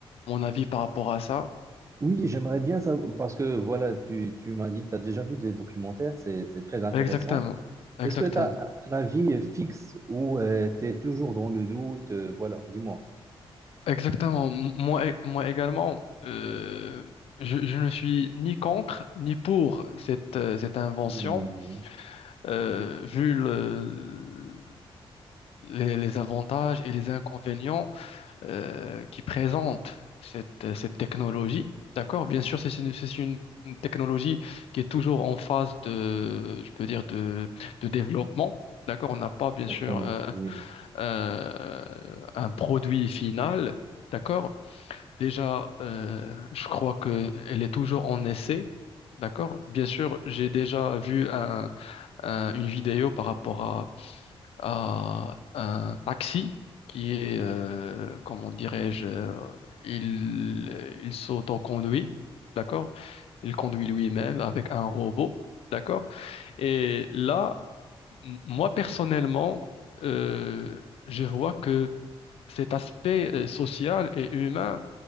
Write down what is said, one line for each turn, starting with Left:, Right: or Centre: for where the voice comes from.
Left: mon avis par rapport à ça?
Right: Oui, j'aimerais bien ça parce que voilà, tu, tu m'as dit, tu as déjà vu des documentaires, c'est, c'est très intéressant.
Left: Exactement, exactement,
Right: Est-ce que tu as un avis fixe ou euh, tu es toujours dans le doute? euh, voilà, dis-moi.
Left: exactement. M- Moi, e- moi également, euh, je, je ne suis ni contre ni pour cette, euh, cette invention,
Right: Hmm,
Left: euh, vu le- les, les avantages et les inconvénients. euh, qui présente cette, euh, cette technologie. D'accord? Bien sûr, c'est une, c'est une technologie qui est toujours en phase de, je peux dire, de, de développement. D'accord? On n'a pas, bien
Right: exactement,
Left: sûr, euh,
Right: oui.
Left: euh, un produit final. D'accord? Déjà, euh, je crois qu'elle est toujours en essai. D'accord? Bien sûr, j'ai déjà vu un, un- une vidéo par rapport à un taxi qui est, euh, comment dirais-je, euh, il, il s'autoconduit, d'accord? Il conduit lui-même avec un robot, d'accord? Et là, m- moi personnellement, euh, je vois que cet aspect euh, social et humain